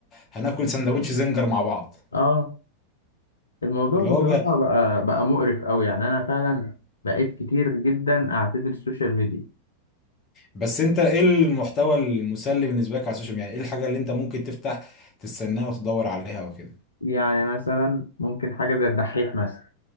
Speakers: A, on the left; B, on the left.
A: هناكل سندوتش زنجر مع بعض
B: اه الموضوع
A: اللي
B: بصراحة
A: هو ب...
B: بقى بقى مقرف أوي يعني أنا فعلا بقيت كتير جدا أعتذر السوشيال ميديا
A: بس انت ايه المحتوى المسلي بالنسبه لك على السوشيال ميديا يعني ايه الحاجه اللي انت ممكن تفتح تستناها وتدور عليها وكده
B: يعني مثلا ممكن حاجة زي الدحيح مثلا